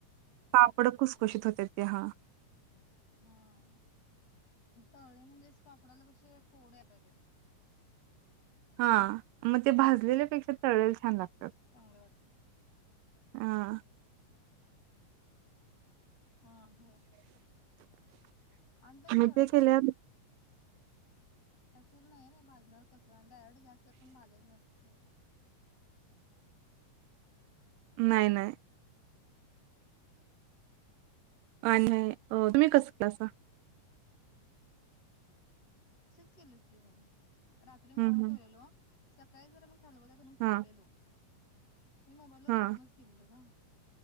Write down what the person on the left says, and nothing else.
हा तळले म्हणजेच, पापडाला कशे फोड यायला पाहिजेत.
चांगलं वाटतेत.
हा हो. आंबल
तवा
ते चूल नाही ना भाजणार कसं? डायरेक्ट गॅसवर पण भाजायचं नसत. ते
असेच केल कि हो. रात्री
मळून
ठेवलेल? सकाळी जरा मग खलबत्यात घालून कुटलेलो.
मी मोबाईल वर
बघूनच केलेल ग.